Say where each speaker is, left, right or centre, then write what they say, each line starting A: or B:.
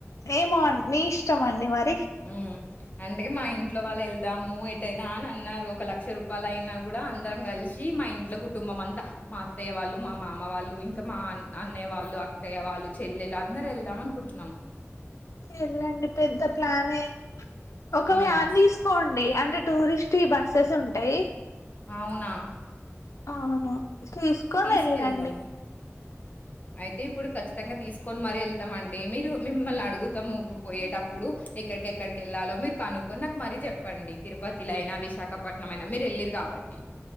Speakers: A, on the left; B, on the left.
A: ఏమో మీ ఇష్టమండి మర్
B: మ్ అండుకే మా ఇంట్లో వాళ్ళేళ్దాము ఏటైనా అనన్నారు ఒక లక్ష రూపాయలైనా గూడా అందరం గల్శి మా ఇంట్లో కుటుంబమంతా మా అత్తయ్య వాళ్ళు మా మామ వాళ్ళు ఇంకా మా ఆన్ అన్నయ్య వాళ్ళు అక్కయ్య వాళ్ళు చ్ చెల్లెలందరెళ్దాం అనుకుంటున్నం
A: ఎల్లండి పెద్ద ప్లానే ఒక
B: హ్మ్.
A: వ్యాన్ దీస్కోండ్ ండి అంటే టూరిస్ట్యి బస్సెస్ ఉంటయ్
B: అవునా
A: అవును తీసుకొని
B: తీసుకెళ్తాం
A: వెళ్ళండి
B: అయితే ఇప్పుడు ఖచ్చితంగా తీస్కొని మరీ ఎళ్తామండి మీరు మిమ్మల్ని అడుగుతాం పోయేటప్పుడు ఎక్కడికెక్కడికి ఎళ్ళాలో మీర్ కనుక్కొని నాకు మరీ జెప్పండి తిరుపతిలైనా విశాఖపట్నం అయినా మీరెళ్ళిర్రు కాబట్టి